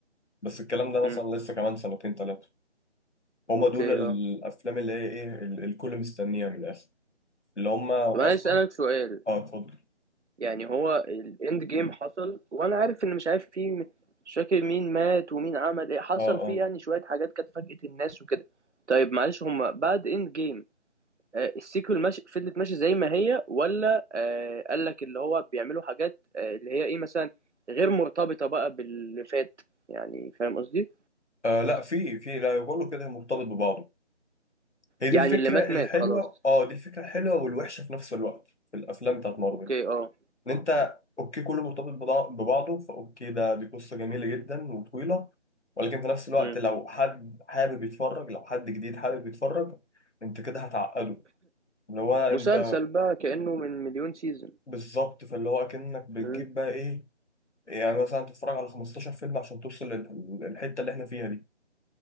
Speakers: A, on the left; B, on the right.
A: بس الكلام ده مثلا
B: امم
A: لسه كمان سنتين ثلاثه هما
B: اوكي
A: دول الافلام
B: اه
A: اللي هي ايه ال- الكل مستنيها من الاخر اللي هما
B: طب انا
A: اصلا
B: عايز اسالك سؤال
A: اه اتفضل
B: يعني هو الاند جيم حصل وانا عارف ان مش عارف فيه مش فاكر مين مات ومين عمل ايه حصل
A: اه
B: فيه
A: اه
B: يعني شويه حاجات كانت فاجأت الناس وكده طيب معلش هم بعد اند جيم آه السيكول ماشي فضلت ماشي زي ما هي ولا آه قال لك اللي هو بيعملوا حاجات آه اللي هي ايه مثلا غير مرتبطه بقى باللي فات يعني فاهم قصدي
A: آه لا في في لا بقول له كده مرتبط ببعضه هي دي
B: يعني
A: الفكره
B: اللي مات
A: الحلوه
B: مات خلاص
A: اه دي الفكره الحلوه والوحشه في نفس الوقت في الافلام بتاعت مارفل
B: اوكي اه
A: ان انت اوكي كله مرتبط بضع- ببعضه فاوكي ده دي قصه جميله جدا وطويله ولكن في نفس الوقت
B: مم.
A: لو حد حابب يتفرج لو حد جديد حابب يتفرج انت كده هتعقده اللي هو انت
B: مسلسل بقى كأنه من مليون سيزون
A: بالظبط فاللي هو كأنك بتجيب
B: مم.
A: بقى ايه يعني مثلا تتفرج على 15 فيلم عشان توصل لل- للحته اللي احنا فيها دي